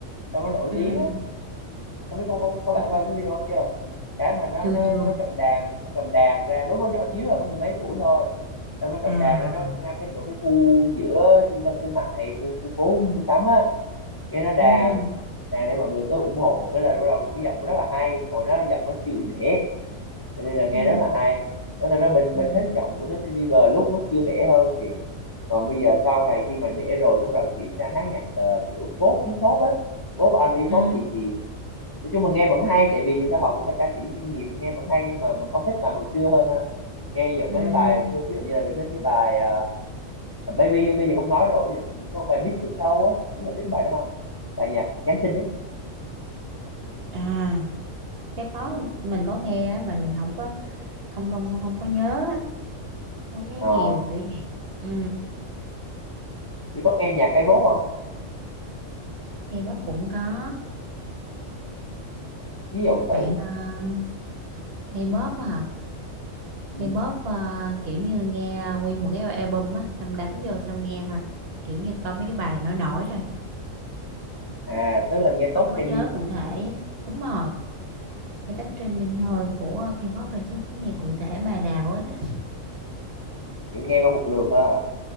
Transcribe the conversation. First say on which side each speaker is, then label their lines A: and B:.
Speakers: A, on the left; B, on the right.
A: xong nó nổi
B: ừ,
A: tiếng á có biết có, có, có bạn
B: ừ.
A: coi cái video chưa cái mà nó
B: chưa
A: nó
B: chưa
A: nó cầm đàn nó cầm đàn ra lúc nó nhỏ xíu à có mười mấy tuổi thôi xong nó cầm
B: à
A: đàn ra nó ra cái chỗ cái khu giữa trung tâm thương mại khu, khu phố mua sắm á cái nó đàn
B: ừ
A: đàn để mọi người tới ủng hộ cái là bắt đầu nó cái giọng nó rất là hay hồi đó giọng nó chưa bị bể cho nên là nghe
B: ừ
A: rất là hay Nói thật ra bình
B: ừ
A: bình thích cái giọng của Justin Bieber lúc lúc chưa bể hơn thì còn bây giờ sau này khi mà bể rồi cái bắt đầu chuyển sang hát nhạc ờ, kiểu pop hip hop á pop R&B
B: ừ
A: pop thì thì nói chung mình nghe vẫn hay tại vì dù sao họ cũng là ca sĩ chuyên nghiệp nghe vẫn hay nhưng mà mình không thích bài hồi xưa hơn ha nghe giọng
B: ừ
A: mấy cái bài hồi xưa ví dụ như là mình thích cái bài à, Baby Baby thì không nói rồi ví dụ mình có bài Mix the Show á biết bạn biết cái bài đó không bài nhạc Giáng sinh ấy
B: à chắc có mình có nghe á, mà mình không có không không không có nhớ á, không có nhớ
A: ờ
B: nhiều kiểu gì ừ
A: chỉ có nghe nhạc K-pop không
B: K-pop cũng có
A: ví dụ thử
B: bạn uh, K-pop á hả
A: ừ.
B: K-pop ờ, kiểu như nghe nguyên một cái album á xong đánh vô xong nghe thôi kiểu như coi mấy cái bài nổi nổi thôi
A: à tức là nghe top
B: không có
A: trending
B: nhớ
A: hả
B: cụ thể á. đúng rồi nghe tóc trending thôi của K-pop rồi chứ không có nghe cụ thể bài nào hết á
A: kiểu nghe qua một lượt thôi hả